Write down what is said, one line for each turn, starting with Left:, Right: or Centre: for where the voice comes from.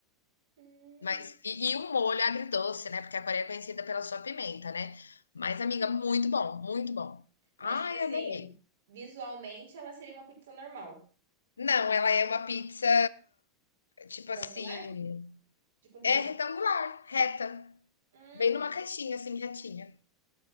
Right: Hum.
Left: Mas e e um molho agridoce, né, porque a Coreia é conhecida pela sua pimenta, né. Mas, amiga, muito bom, muito bom.
Right: Mas,
Left: Ai,
Right: tipo assim,
Left: adorei.
Right: visualmente ela seria uma pizza normal.
Left: Não, ela é uma pizza, tipo
Right: Retangular?
Left: assim,
Right: De comprido?
Left: é retangular, reta.
Right: Hum.
Left: Vem numa caixinha, assim, retinha.